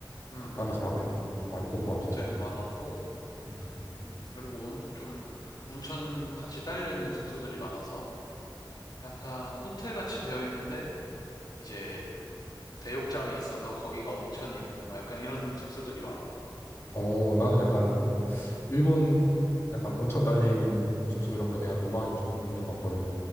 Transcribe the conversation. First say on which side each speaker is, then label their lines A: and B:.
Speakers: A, on the left; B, on the left.
A: 음,
B: 갔다는
A: 한국인도,
B: 사람 좀 많이
A: 한국인도
B: 본 것 같아서.
A: 되게 많았고,
B: 음.
A: 음, 그리고 온, 좀, 온천 같이 딸려있는 숙소들이 많아서, 약간 호텔 같이 되어 있는데, 이제, 대욕장이 있어서 거기가 온천이고, 뭐 약간 이런 숙소들이 많아.
B: 어, 나는 약간 오- 일본 약간 온천 딸린 숙소 이런 거에 대한 로망이 조금 있는 것 같거든.